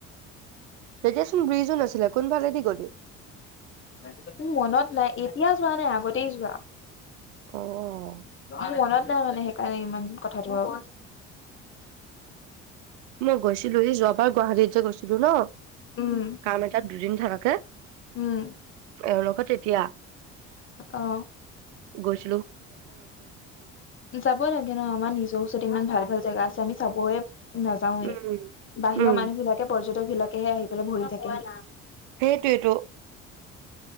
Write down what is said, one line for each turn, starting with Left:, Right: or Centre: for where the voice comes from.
Right: তেতিয়াচোন ব্ৰিজো নাছিলে, কোনফালেদি গ'লি?
Left: তোৰ মনত নাই এতিয়া যোৱা নাই আগত তিৰিচ বা
Right: অ অ
Left: আ মনত এটা মানে সেইকাৰণে ইমান কথাটো অ
Right: মই গৈছিলোহে যোৱা হয় গুৱাহাটীত গৈছিলো ন
Left: উম
Right: কাম এটাত দুদিন থাকাকে
Left: উম
Right: এওঁৰ লগত এতিয়া
Left: অ
Right: গৈছ
Left: যাব লাগে ন আমাৰ নিজৰ ওচৰত ইমান ভাল ভাল জেগা আছে আমি চাবয়ে নাযাওৱে
Right: উম,
Left: বাহিৰৰ
Right: উম,
Left: মানুহ বিলাকে পৰ্যটক বিলাক তাকেহে আহি পেলাই ভৰি থাকে <unintelligible>
Right: সেইটোৱেতো